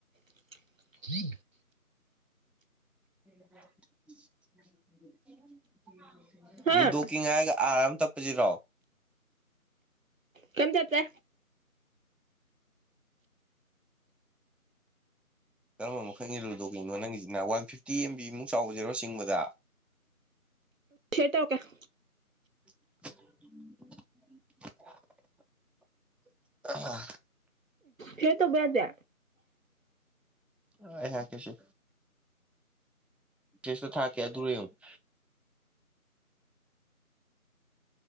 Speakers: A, on the right (about 65°); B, in the centre.
A: <unintelligible>
B: <unintelligible>
A: ꯍꯥ
B: ꯂꯨꯗꯣ ꯀꯤꯡ ꯍꯥꯏꯒ ꯑꯔ ꯑꯃ ꯇꯞꯄꯁꯤꯔꯣ
A: ꯀꯦꯝ ꯆꯠꯇꯦ
B: ꯀꯔꯝꯕ ꯃꯈꯟꯒꯤ ꯂꯨꯗꯣ ꯀꯤꯡꯅꯣ ꯅꯪꯒꯤꯁꯤꯅ ꯋꯥꯟꯐꯤꯐꯇꯤ ꯑꯦꯝꯕꯤ ꯃꯨꯛ ꯆꯥꯎꯕꯁꯤꯔꯣ ꯆꯤꯡꯕꯗ
A: ꯀꯩ ꯇꯧꯔ ꯀꯦ
B: ꯎ <inaudible> ꯑꯍꯥ
A: ꯁꯤꯌꯔ ꯇꯧꯕ ꯌꯥꯗꯦ
B: ꯑꯩ ꯍꯥꯢꯔꯛꯀꯦꯁꯦ ꯀꯦꯁꯇꯨ ꯊꯥꯔꯀꯦ ꯑꯗꯨꯔ ꯌꯦꯡꯎ